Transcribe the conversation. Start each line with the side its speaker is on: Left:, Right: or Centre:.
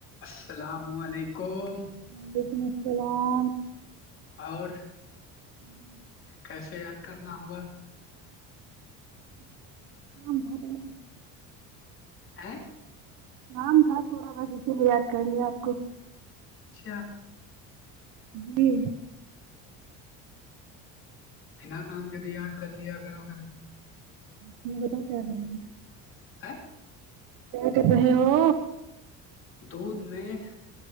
Left: السلام و علیکم
Right: وعلیکم السلام
Left: اور
Right: ہوں
Left: کیسے یاد کرنا ہوا
Right: <unintelligible>
Left: ئیں
Right: کام تھا تھوڑا بس اسی لیے یاد کر لیا آپ کو
Left: اچھا
Right: جی
Left: بنا کام کے بھی یاد کر لیا کرو کبھی
Right: تم بتاؤ کیا کرنا ہے
Left: آہ
Right: کیا کر رہے ہو
Left: دودھ میں